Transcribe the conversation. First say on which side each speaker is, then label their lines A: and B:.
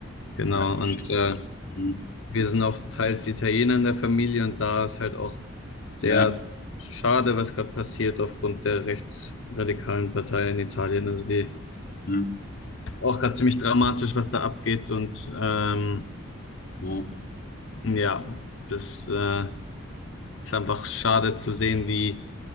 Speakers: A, on the left; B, on the left.
A: genau.
B: Äh, Geschichte.
A: Und äh,
B: Hm.
A: wir sind auch teils Italiener in der Familie und da ist halt auch sehr
B: Ja.
A: schade, was gerade passiert aufgrund der rechtsradikalen Partei in Italien. Also die
B: Hm.
A: auch gerade ziemlich dramatisch, was da abgeht und ähm,
B: Ja,
A: ja, das äh, ist einfach schade zu sehen, wie